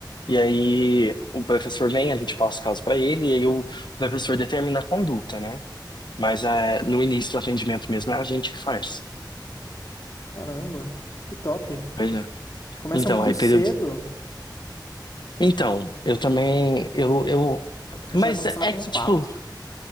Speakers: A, on the left; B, on the left.
A: E aí o professor vem, a gente passa o caso para ele, e aí o professor determina a conduta, né? Mas eh, no início do atendimento mesmo é a gente que faz.
B: Caramba, que top.
A: Pois é.
B: Começa
A: Então,
B: muito
A: aí
B: cedo.
A: período. Então, eu também, eu, eu,
B: Eu
A: mas
B: já começava
A: é
B: com
A: que,
B: quatro.
A: tipo,